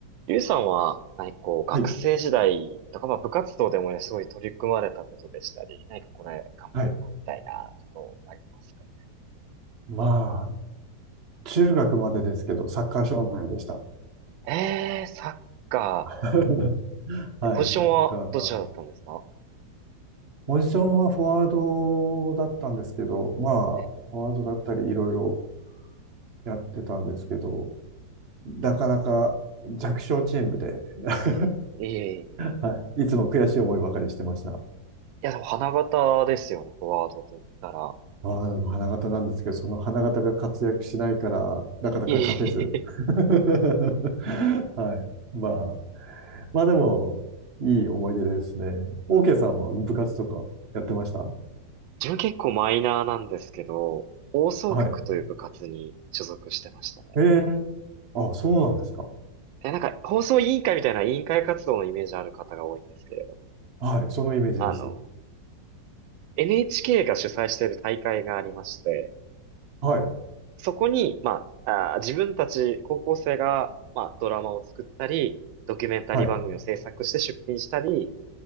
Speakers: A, on the right; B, on the right.
A: ゆうさんは、何かこう、学生時代とか、
B: はい。
A: まあ部活動でもね、すごい取り組まれたことでしたり、何かこれ頑張ったみたいなことありますかね。
B: はい。まあ、中学までですけど、サッカー少年でした。
A: えー、サッカ
B: <laughs> はい、
A: ー。えポジションはどちらだったんですか
B: サッカー。ポジションはフォワードだったんですけど、まあ、
A: え、
B: フォワードだったりいろいろやってたんですけど、なかなか弱小チームで <laughs>
A: えー、いえいえいえ。
B: はい、いつも悔しい思いばかりしてました。
A: いや、でも花形ですよね、フォワードと言ったら。
B: まあ、
A: なかなか
B: でも花形なんですけど、その花形が活躍しないから、なかなか勝てず。
A: いえいえいえ。
B: <laughs> はい。まあまあでも、いい思い出ですね。OK さんは部活とかやってました
A: 自分結構マイナーなんですけど、放送局という部活に所属してましたね。
B: はい。ええあ、そうなんですか。
A: え、なんか、放送委員会みたいな委員会活動のイメージある方が多いんですけれど、
B: はい。そのイメージです。
A: あの、NHK が主催している大会がありまして、
B: はい。
A: そこに、まあ、あー自分たち高校生が、まあ、ドラマを作ったり、ドキュメンタリー番組を制作して出品したり、
B: はい。